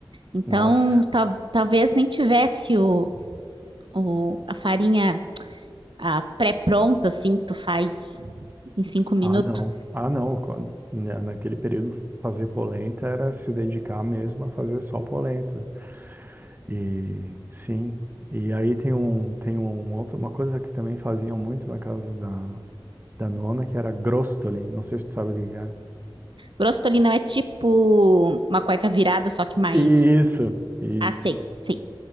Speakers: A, on the right; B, on the right.
A: Então,
B: Nossa.
A: tal- talvez nem tivesse o, o- a farinha a pré-pronta, assim, que tu faz em cinco minutos.
B: Ah, não. Ah, não. Quan- na- Naquele período, fazer polenta era se dedicar mesmo a fazer só polenta. E sim. E aí tem um, tem um outro, uma coisa que também faziam muito na casa da Danona, que era Grostoli, não sei se tu sabe o que que é.
A: Grosstolino é tipo uma cueca virada, só que mais...
B: Isso, isso.
A: Ah, sei, sei.